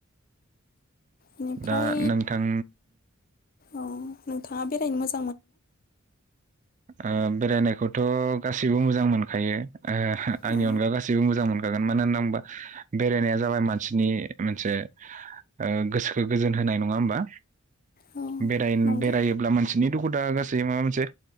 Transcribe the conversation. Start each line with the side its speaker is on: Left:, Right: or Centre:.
Left: बेनिफ्राय
Right: दा नोंथां
Left: औ नोंथाङा बेरायनो मो
Right: ओ बेरायनायखौथ' गाससिबो मोजां मोनखायो ओ आंनि
Left: औ
Right: अनगा गासिबो मोजां मोनो मानो होनना होनबा बेरायनाया जाबाय मानसिनि मोनसे ओ गोसोखौ गोजोन होनाय नङा होमबा
Left: औ
Right: बेराय
Left: नंगौ
Right: बेरायोब्ला मानसिनि दुखु दाहा गा सि माबा मोनसे